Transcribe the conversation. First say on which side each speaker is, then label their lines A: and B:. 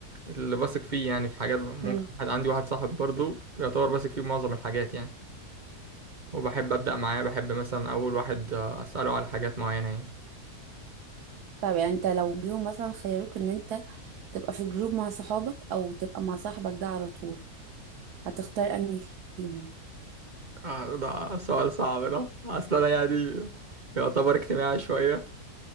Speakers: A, on the right (about 40°); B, on the right (about 80°).
A: اللي بثق فيه يعني في حاجات ممكن
B: مم.
A: واحد عندي واحد صاحب برضو يعتبر بثق فيه معظم الحاجات يعني وبحب ابدا معاه بحب مثلا اول واحد آه، اساله على حاجات معينه يعني
B: طب يعني أنت لو جيهم مثلا خيروك إن أنت تبقى في جروب مع صحابك أو تبقى مع صاحبك ده على طول هتختار أنهي فيهم
A: آه، ده سؤال صعب ده اصل انا يعني يعتبر اجتماعي شويه